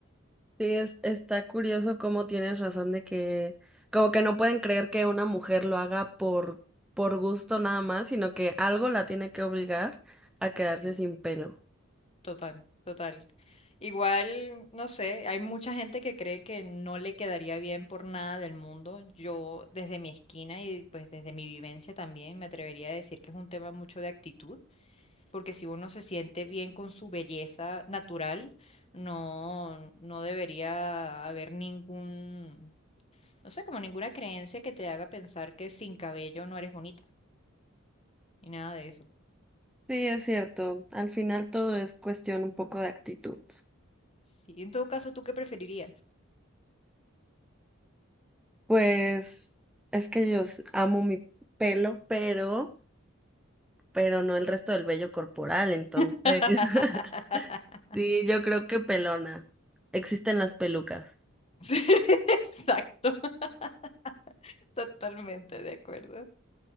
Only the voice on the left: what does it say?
Sí,
total, total. Igual, no sé, hay mucha gente que cree que no le quedaría bien por nada del mundo. Yo desde mi esquina y pues desde mi vivencia también me atrevería a decir que es un tema mucho de actitud porque si uno se siente bien con su belleza natural, no, no debería haber ningún, no sé, como ninguna creencia que te haga pensar que sin cabello no eres bonita, ni nada de eso.
Sí, en todo caso, ¿tú qué preferirías?
<laughs>
Sí, <laughs> Exacto, <laughs> totalmente de acuerdo.